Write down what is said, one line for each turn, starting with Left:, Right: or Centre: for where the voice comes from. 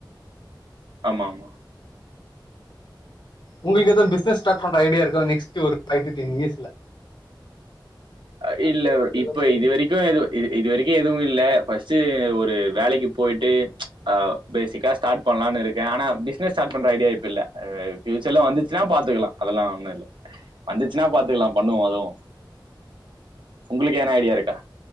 Right: ஆமா ஆமா
Left: உங்களுக்கு எதூ பிஸ்னஸ் ஸ்டார்ட் பண்ற ஐடியா இருக்கா நெக்ஸ்ட் ஒரு ஃபைவ் டூ டென் இயர்ஸ்ல
Right: அ
Left: ஆஃப்டர்
Right: இல்ல
Left: இதெல்லாம்
Right: இப்ப
Left: முடிச்சுட்டு
Right: இதுவரைக்கு எது இது இது வரைக்கு எதுவு இல்ல ஃபஸ்ட்டு ஒரு வேலைக்கு போயிட்டு அ பேசிக்கா ஸ்டார்ட் பண்லான்னு இருக்க அனா பிஸ்னஸ் ஸ்டாட் பண்ற ஐடியா இப்ப இல்ல அ ஃபியூச்சர்ல வந்துச்சுன்ன பாத்துக்கலா அதலா ஒன்னு இல்ல வந்துச்சுன்னா பாத்துக்கலா பண்ணுவோ அதுவு உங்களுக்கு எதனா ஐடியா இருக்கா